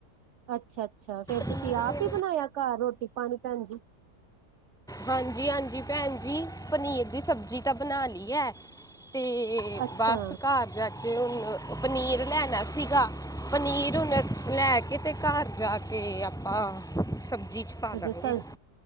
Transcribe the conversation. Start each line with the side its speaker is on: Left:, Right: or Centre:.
Right: ਅੱਛਾ, ਅੱਛਾ ਫ਼ਿਰ ਤੁਸੀਂ
Centre: ਆਉਂਦਾ
Right: ਆਪ ਹੀ ਬਣਾਇਆ ਘਰ ਰੋਟੀ ਪਾਣੀ ਭੈਣਜੀ।
Centre: ਹਾਂਜੀ, ਹਾਂਜੀ ਭੈਣਜੀ ਪਨੀਰ ਦੀ ਸਬਜ਼ੀ। ਸਬਜ਼ੀ ਤਾਂ ਬਣਾ ਲਈ ਐਂ। ਤੇ
Right: ਅੱਛਾ
Centre: ਬਸ ਘਰ ਜਾ ਕੇ ਤੇ ਉਹ ਪਨੀਰ ਲੈਣਾ ਸੀ ਗਾ। ਪਨੀਰ ਹੁਣ ਲ਼ੈ ਕੇ ਤੇ ਘਰ ਜਾਂ ਕੇ ਆਪਾਂ ਸਬਜ਼ੀ 'ਚ ਪਾ
Right: ਅੱਛਾ
Centre: ਦਾਂਗੇ
Right: ਸ